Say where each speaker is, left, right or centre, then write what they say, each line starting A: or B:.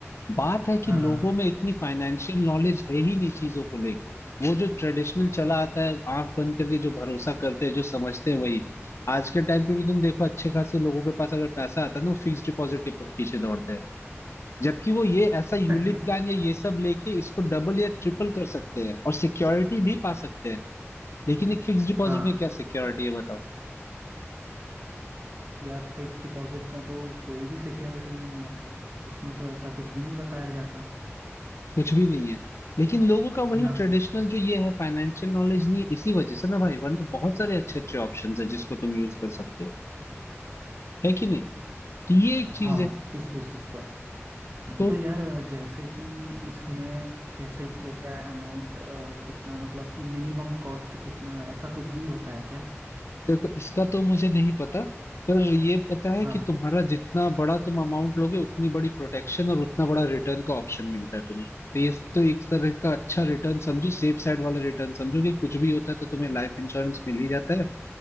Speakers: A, on the left (about 60°); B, on the right (about 50°).
A: बात है कि
B: हाँ
A: लोगों
B: हाँ
A: में इतनी फाइनेंशियल नॉलेज है ही नहीं चीजों को लेके वो जो ट्रेडिशनल चला आता है आंख बंद करके जो भरोसा करते हैं जो समझते हैं वही आज के टाइम पे भी तुम देखो अच्छे खासे लोगों के पास अगर पैसा आता है ना वो फिक्स डिपॉजिट के प- पीछे दौड़ते हैं जबकि वो ये ऐसा यूलिप
B: <laughs>
A: प्लान या ये सब लेके इसको डबल या ट्रिपल कर सकते हैं और सिक्योरिटी भी पा सकते हैं लेकिन एक फिक्स डिपॉजिट
B: हाँ
A: में क्या सिक्योरिटी है बताओ
B: यार फिक्स डिपॉजिट में तो कोई भी सिक्योरिटी नहीं है उसमें तो ऐसा कुछ भी नहीं बताया जाता
A: कुछ भी नहीं है लेकिन लोगों का वही
B: ना
A: ट्रेडिशनल जो ये है फाइनेंशियल नॉलेज नहीं है इसी वजह से ना भाई वरना बहुत सारे अच्छे अच्छे ऑप्शंस है जिसको तुम यूज कर सकते हो है कि नहीं तो ये एक चीज
B: हाँ
A: है
B: इस बेसिस पर
A: तो
B: तो यार जैसे कि इसमें कैसे क्या अमाउंट कितना मतलब कि मिनिमम कॉस्ट कितना ऐसा कुछ भी होता है क्या
A: देखो इसका तो मुझे नहीं पता पर ये पता है
B: हाँ
A: कि तुम्हारा जितना बड़ा तुम अमाउंट लोगे उतनी बड़ी प्रोटेक्शन और उतना बड़ा रिटर्न का ऑप्शन मिलता है तुम्हें तो ये तो एक तरह का अच्छा रिटर्न समझो सेफ साइड वाला रिटर्न समझो कि कुछ भी होता है तो तुम्हें लाइफ इंश्योरेंस मिल ही जाता है